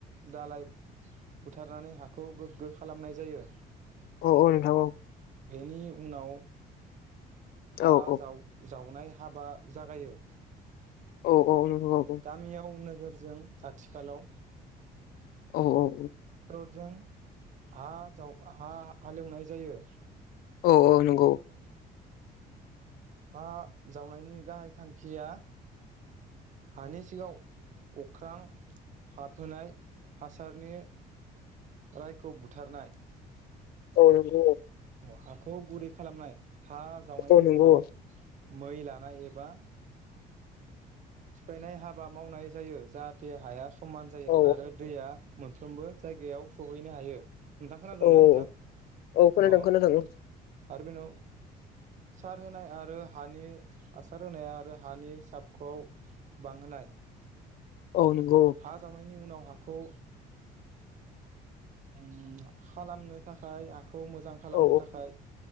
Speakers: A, on the right; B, on the left.
A: दालाइ बुथारनानै हाखौ गोग्गो खालामनाय जायो।
B: औ औ नोंथां औ।
A: बेनि उनाव हा
B: औ औ
A: जाव जावनाय हाबा जागायो।
B: औ औ नंगौ
A: गामियाव नोगोरजों आथिखालाव
B: औ औ।
A: जों हा जाव हा हालेवनाय जायो।
B: औ औ नंगौ।
A: हा जावनायनि गाहाय थांखिया हानि सिगाव अख्रां हाबहोनाय हासारनि रायखौ बुथारनाय।
B: औ नंगौ औ।
A: अ हाखौ गुरै खालामनाय हा जावनायनि
B: औ नंगौ
A: उनाव मै लानाय एबा सिफायनाय हाबा मावनाय जायो जाहाथे हाया समान जायो
B: औ
A: आरो दैया मोनफ्रोमबो जायगायाव सहैनो हायो। नोंथां खोनादोंना
B: औ
A: नोंथां
B: औ औ खोनादों
A: अ
B: खोनादों
A: आरो बेनाव। सार होनाय आरो हानि आसार होनाय आरो हानि साबखौआव बांहोनाय
B: औ नंगौ
A: हा जावनायनि उनाव हाखौ ओम खालामनो थाखाय खौ मोजां खालामनो
B: औ
A: थाखाय